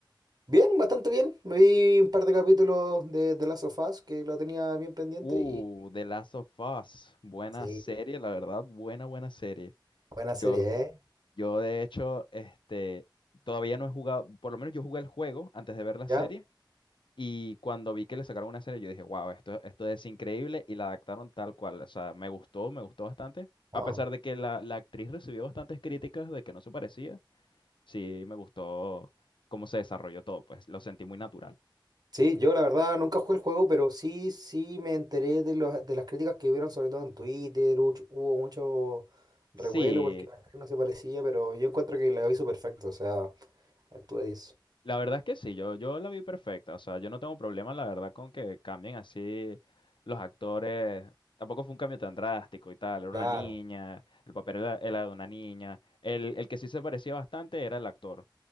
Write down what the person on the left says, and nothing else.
Uh,
The Last of Us. Buena
serie, la verdad, buena, buena serie.
Yo,
yo de hecho, este, todavía no he jugado, por lo menos yo jugué el juego antes de ver la
serie. Y cuando vi que le sacaron una serie, yo dije, wow, esto, esto es increíble y la adaptaron tal cual. O sea, me gustó, me gustó bastante. A
pesar de que la, la actriz recibió bastantes críticas de que no se parecía. sí me gustó cómo se desarrolló todo, pues lo sentí muy natural.
Sí,
la verdad es que sí, yo, yo la vi perfecta, o sea, yo no tengo problema, la verdad, con que cambien así los actores. Tampoco fue un cambio tan drástico y tal, era
una niña, el papel era, era de una niña. El, el que sí se parecía bastante era el actor.